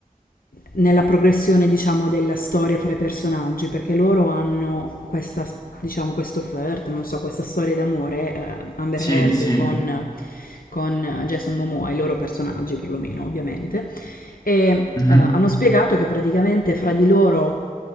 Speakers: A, on the left (about 80°); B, on the left (about 25°).
A: nella progressione, diciamo, della storia fra i personaggi, perché loro hanno questa, diciamo, questo flirt, non so, questa storia d'amore, eh, Amber
B: Sì,
A: Heard
B: sì,
A: con, con Jason Momoa, i loro personaggi perlomeno, ovviamente e eh,
B: mhm,
A: hanno spiegato che praticamente fra di loro